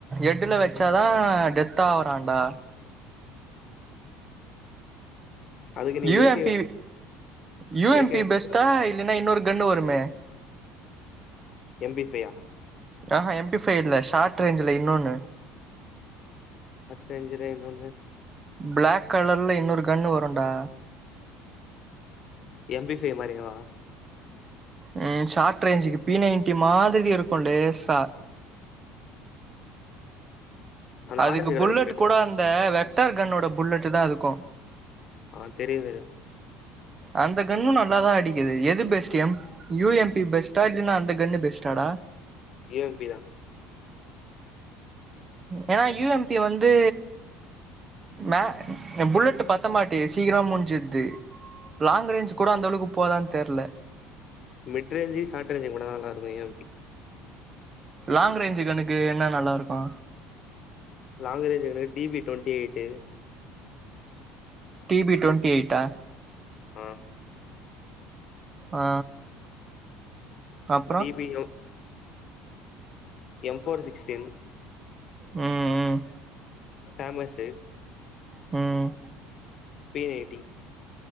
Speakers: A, on the right; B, on the left.
A: எட்டுல வச்சாதா டெத்த ஆறான்டா
B: அதுக்கு நீ
A: இவ
B: ஏ கே
A: எப்டி
B: வச்சு
A: இவ
B: ஏ
A: எப்டி
B: கே வச்சு
A: பெஸ்டா இல்லைனா இன்னொரு கன்னு வருமே
B: எம்பிப்ஃயா
A: ஆஹா எம்பிஃபைவ்ல ஷார்ட் ரேஞ்ச்ல இன்னொன்னு
B: அத்த அஞ்சிரனன்னு
A: ப்ளாக் கலர்ல இன்னொரு கன்னு வருடா
B: எம்பி ஃபைவ் மாறிவா
A: ம் ஷார்ட் ரேஞ்சுக்கு பிநைன்டி மாதிரி இருக்கு லேசா
B: அந்த
A: அதுக்கு
B: ஆரஞ்சு கலர்
A: புல்லட்க்கூட
B: பிளேட் கன்
A: அந்த வெ கிட்டார் கன்னோட புல்லட்டு் தா அதுக்கும்
B: ஆ தெரிது
A: அந்த கன்னு நல்லாதா அடிக்குது எது பெஸ்ட் எம் யுஎம்பி பெஸ்ட்டா இல்லன்னா அந்த கன்னு பெஸ்ட்டாடா
B: யுஎம்பி தா
A: ஏனா யுஎம்பி வந்து மே புல்லட்டு பத்தமாட்டி சீக்கிரமா முடிஞ்சுருது லாங் ரேஞ்ச் கூட அந்த அளவுக் போதான்னு தெர்ல
B: மெட்ரல்ஜி ஷார்ட்ரேஜி கூட நல்லாரூக்கும் எம்பி
A: லாங் ரேஞ்சு கன்னு க்கு என்ன நல்லா இருக்கு
B: லாங் ரேன்ஜ் கன்னுக்கு டிவி டொன் டேட்டு
A: டிவி ட்வெண்ட்டி எயிட்டா
B: ஆ
A: ஆ அப்பற
B: DP M M four sixteen
A: ம் ம்
B: ஃபேமஸ்சு
A: ம்
B: பிஐடி